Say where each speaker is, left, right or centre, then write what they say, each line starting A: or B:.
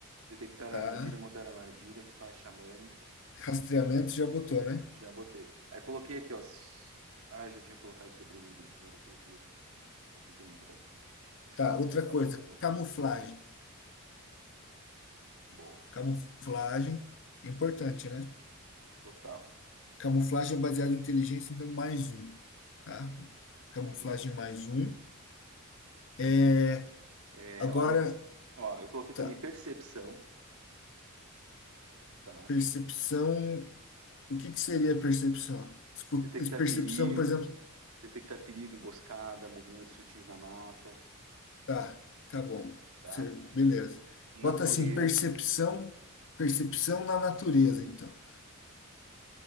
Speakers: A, on the right (about 75°); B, on the left (about 60°).
A: detectar
B: tá.
A: armadilha, montar armadilha, rituais xamânicos.
B: Rastreamento já botou, né?
A: Já botei. Aí coloquei aqui, ó. s- Ah, eu já tinha colocado sobrevivência, agora que eu vi aqui. Coloquei de novo. Deixa
B: Tá,
A: eu só
B: outra
A: pegar
B: coisa,
A: a borracha.
B: camuflagem.
A: Boa.
B: Camuflagem, é importante, né?
A: Total.
B: Camuflagem é baseada em inteligência, então mais um, tá? Camuflagem
A: Calma.
B: mais um. É,
A: É,
B: agora,
A: olha aqui. Ó, eu coloquei
B: tá.
A: também percepção, tá?
B: Percepção. O que que seria percepção? Escu-
A: Detectar
B: Percepção,
A: perigo,
B: por exemplo.
A: detectar perigo, emboscada, movimentos sutis na mata,
B: Tá, tá bom.
A: tá?
B: Você- beleza.
A: É, natureza.
B: Bota assim, percepção, percepção na natureza, então.